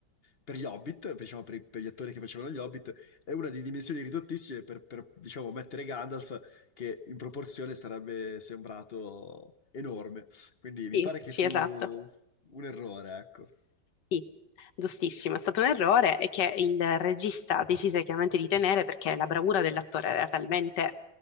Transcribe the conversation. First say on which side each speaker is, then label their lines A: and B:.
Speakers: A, on the left (about 40°); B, on the left (about 75°).
A: per gli Hobbit, diciamo per, i- per gli attori che facevano gli Hobbit, e una di dimensioni ridottissime per, per, diciamo, mettere Gandalf che in proporzione sarebbe sembrato enorme. Quindi mi
B: Sì,
A: pare che
B: sì,
A: fu
B: esatto.
A: un errore, ecco.
B: Sì, giustissimo, è stato un errore e che il regista decise chiaramente di tenere perché la bravura dell'attore era talmente